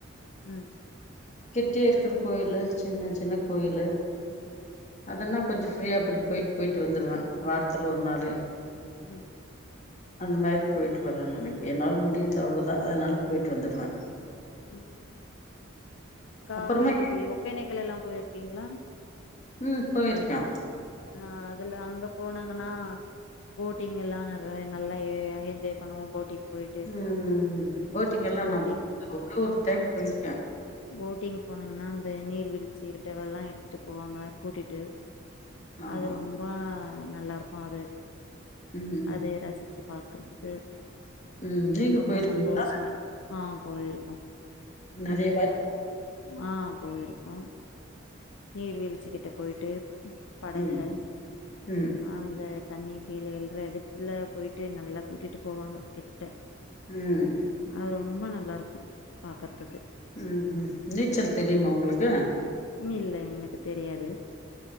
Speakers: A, on the left (about 70°); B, on the left (about 35°).
A: ம்
B: கிட்டியே இருக்குற கோயிலு சின்ன சின்ன கோயிலு அதன்னா கொஞ்சோ ஃப்ரீயா இப்டி போய்ட்டு போய்ட்டு வந்துருவ வாரத்துல ஒரு நாளு
A: ம்
B: அந்த மாரி போயிட்டு வரணு நெனைப்ப என்னால் முடியுது அவ்ளதா அதனால போயிட்டு வந்துடுவ
A: ம் காவேரிக்கி
B: அப்புறமா
A: ஒக்கே நேக்கள் எல்லா போயிருக்கீங்களா
B: ம் போயிருக்க
A: அ அதுல அங்க போனாங்கன்னா போட்டிங் எல்லா நறைய நல்லா எ எ என்ஜாய் பண்ணுவோ போட்டிங் போயிட்டு
B: ம் ம் ம் போட்டிங் எல்லா
A: போட்டிங்
B: நா <inaudible> ஒரே ஒரு டைம் போயிருக்க
A: ம் போட்டிங் போனங்ன்னா அந்த நீர்வீழ்ச்சி கிட்டவல்லா எடுத்துட்டு போவாங்க கூடிட்டு
B: ஆமா
A: அது ரொம்பா நல்ல இருக்கு அது
B: ம்
A: அது ரசிச்சி பா க்கறதுக்கு
B: ம் நீங்க
A: ரொம்ப
B: போயிருக்கீங்களா
A: சந்தோஷமா இருக்கு ஆ போயிருக்கோ
B: நெறைய
A: அந்த
B: வாட்டி
A: ஆ போயிருக்கோ நீர் வீழ்ச்சி கிட்ட போயிட்டு படகுள
B: ம் ம்
A: அந்த தண்ணி கீழ வீல்ற எடத்துல போயிட்டு நல்லா கூட்டிட்டு போவாங்க கிட்ட
B: ம்
A: அது ரொம்ப நல்லா இருக்கு பாக்கறத்துக்கு
B: ம் ம் நீச்சல் தெரியுமா உங்ளுக்கு
A: இல்ல எனக்கு தெரியாது